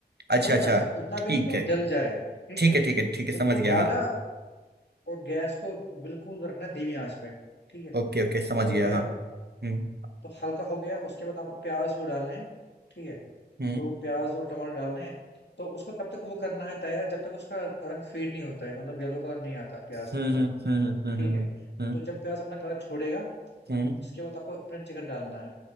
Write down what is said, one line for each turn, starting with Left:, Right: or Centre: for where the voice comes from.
Right: अच्छा
Left: हल्का
Right: अच्छा
Left: सा उतना
Right: ठीक
Left: भी नहीं कि वो
Right: है
Left: जल जाए ठीक
Right: ठीक
Left: है
Right: है ठीक है ठीक है समझ
Left: बिल्कुल
Right: गया
Left: डाला
Right: हाँ
Left: और गैस को बिल्कुल रखना धीमी आंच पे ठीक है
Right: ओके ओके समझ
Left: वो रख
Right: गया
Left: दिया
Right: हाँ हम्म
Left: तो हल्का हो गया उसके बाद आपको प्याज वो डालने हैं ठीक है
Right: हम्म
Left: तो प्याज और टमाटर डालने हैं तो उसको तब तक वो करना है तैयार जब तक उसका रंग फेड नहीं होता है मतलब येलो कलर नहीं आता प्याज
Right: हम्म
Left: का
Right: हम्म
Left: कलर
Right: हम्म हम्म
Left: ठीक
Right: हम्म,
Left: है
Right: हम्म,
Left: तो जब प्याज अपना कलर छोड़ेगा
Right: हम्म,
Left: उसके बाद आपको अपना चिकन डालना है